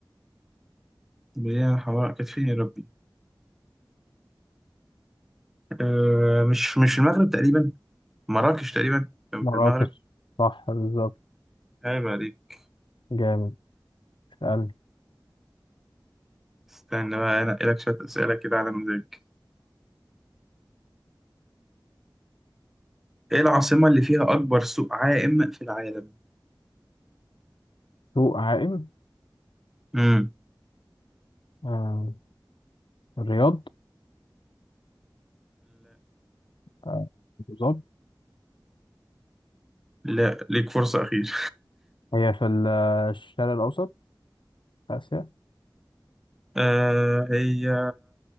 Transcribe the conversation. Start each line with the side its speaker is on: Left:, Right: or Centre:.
Centre: مليانة حمراء كانت فين يا ربي؟ آه... مش مش المغرب تقريبا مراكش تقريبا كان
Left: مراكش
Centre: في المغرب
Left: صح بالظبط
Centre: عيب عليك
Left: جامد سألني
Centre: استنى بقى انا لك شوية أسئلة كده على مزاجك ايه العاصمة اللي فيها أكبر سوق عائم في العالم؟
Left: سوق عائم
Centre: امم
Left: آه. الرياض آه، أبو ظبي
Centre: لا ليك فرصة أخيرة
Left: هي في ال- الشرق الأوسط في آسيا
Centre: آه هي